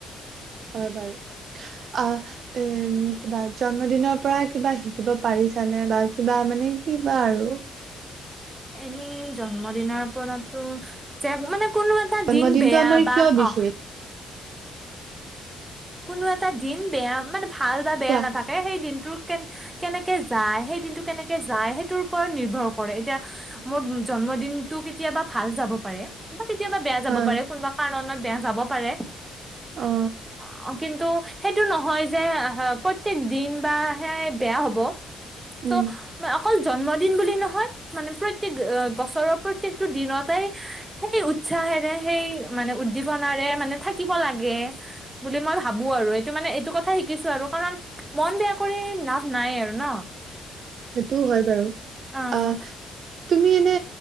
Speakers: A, on the right; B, on the right.
A: হয় বাৰু অ এ কিবা জন্মদিনৰ পৰা কিবা শিকিব পাৰিছানে বা কিবা মানে কিবা আৰু
B: এনেই জন্ম দিনাৰ পৰাতো যে মানে কোনো এটা
A: জন্মদিনটো
B: দিন বেয়া
A: আমাৰ
B: বা
A: কিয় বিশেষ
B: অ কোনো এটা দিন বেয়া মানে ভাল বা বেয়া
A: কোৱা
B: নাথাকে সেই দিনটোৰ কে কেনেকে যায় সেই দিনটো কেনেকে যায় সেইটোৰ ওপৰত নিৰ্ভৰ কৰে এতিয়া মোৰ জন্মদিনটো কেতিয়াবা ভাল যাব পাৰে কেতিয়াবা বেয়া যাব
A: হা
B: পাৰে কোনোবা কাৰণত বেয়া যাব পাৰে
A: অ
B: অ অ কিন্তু সেইটো নহয় যে, প্ৰত্যেক দিন বা সেয়াই বেয়া হব।
A: উম
B: ত' অকল জন্ম দিন বুলি নহয়। মানে প্ৰত্যেক বছৰৰ প্ৰত্যেকটো দিনতেই, সেই উৎসাহেৰে, সেই মানে উদ্দীপনাৰে মানে থাকিব লাগে। বুলি মই ভাবো আৰু। এইটো মানে এইটো কথা শিকিছো আৰু। কাৰণ মন বেয়া কৰি লাভ নাই আৰু ন!
A: সেইটোও হয় বাৰু।
B: অহ।
A: আহ তুমি এনে,